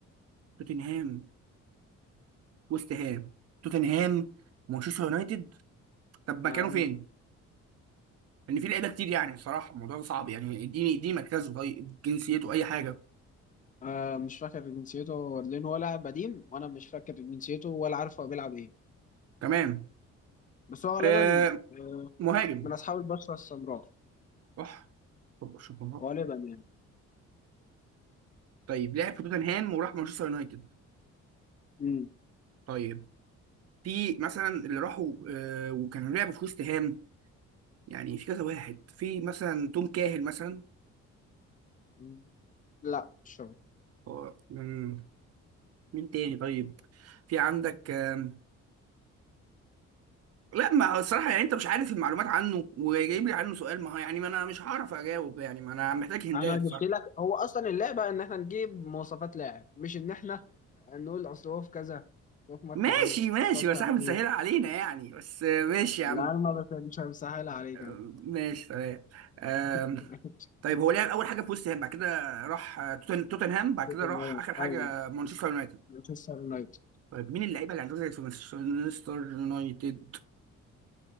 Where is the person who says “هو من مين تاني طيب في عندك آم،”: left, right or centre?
Right